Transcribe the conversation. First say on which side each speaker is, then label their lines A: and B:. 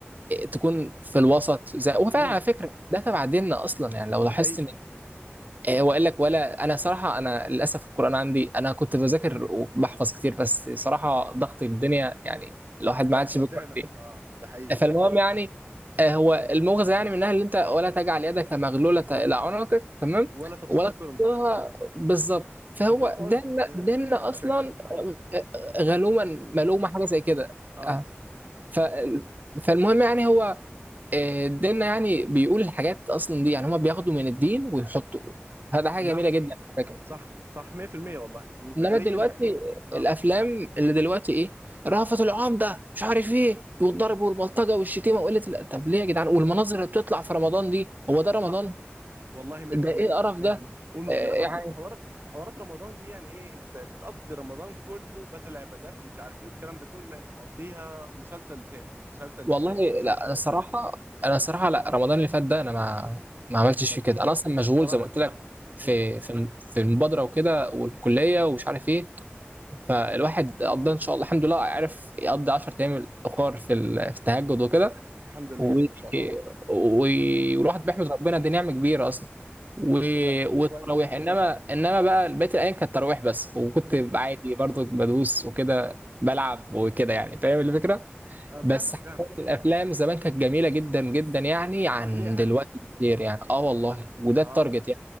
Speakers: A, on the right (about 40°); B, on the right (about 60°).
A: تكون في الوسط زي هو فعلا
B: مم.
A: على فكره ده تبع ديننا اصلا يعني لو
B: ده
A: لاحظت
B: حقيقي
A: ان آه، هو قال لك ولا انا صراحه انا للاسف القران عندي انا كنت بذاكر وبحفظ كتير بس صراحه ضغط الدنيا يعني الواحد ما عادش
B: ودانا
A: بيقرا كتير
B: اه ده حقيقي
A: فالمهم
B: ده حقيقي
A: يعني آه، هو المغزى يعني منها اللي انت ولا تجعل يدك مغلوله الى عنقك تمام
B: ولا تبسطها
A: ولا
B: كل البسط
A: تقصرها بالظبط فهو
B: فتقعد
A: ديننا
B: آه
A: ديننا
B: مش
A: اصلا
B: فاكر اه
A: غ- غ- غلوما ملومه حاجه زي كده
B: اه
A: آه. ف- فالمهم يعني هو آه، ديننا يعني بيقول الحاجات اصلا دي يعني هما بياخدوا من الدين ويحطوا هذا حاجه
B: ده
A: جميله جدا على فكره
B: صح صح 100% والله وفعليا
A: انما دلوقتي
B: يعني اه
A: الافلام اللي دلوقتي ايه رأفت العام ده مش عارف ايه والضرب والبلطجه والشتيمه وقله ال- طب ليه يا جدعان والمناظر اللي بتطلع في رمضان دي هو ده رمضان
B: صح والله 100%
A: ده ايه القرف
B: 100%
A: ده
B: والمشكله
A: آه، يعني
B: برضو في حوار في حوارات رمضان دي يعني ايه انت بتقضي رمضان كله بدل عبادات ومش عارف ايه والكلام ده كله لا، انت مقضيها مسلسل لتاني مسلسل
A: والله
B: للتاني مسلسل
A: لا انا الصراحه
B: للتاني
A: انا الصراحه لا رمضان اللي فات ده انا ما ما عملتش
B: مط...
A: فيه كده انا اصلا مشغول
B: رائع
A: زي ما قلت لك في
B: مم.
A: في في المبادره وكده والكليه ومش عارف ايه فالواحد قضى ان شاء الله الحمد لله عرف يقضي 10 ايام الاخر في ال- في التهجد وكده
B: الحمد لله
A: و...
B: جميل
A: و...
B: ما شاء الله
A: والواحد بيحمد ربنا دي نعمه كبيره اصلا و...
B: ده
A: والتراويح
B: كويس
A: انما انما بقى بقيه الايام كانت تراويح بس وكنت
B: مم.
A: عادي برضو بدوس وكده بلعب وكده يعني فاهم الفكره
B: آه
A: بس
B: فاهمك
A: حسيت
B: فاهمك
A: الافلام زمان كانت جميله جدا جدا يعني عن
B: وليه هدف
A: دلوقتي كتير يعني اه والله وده
B: اه
A: التارجت
B: والله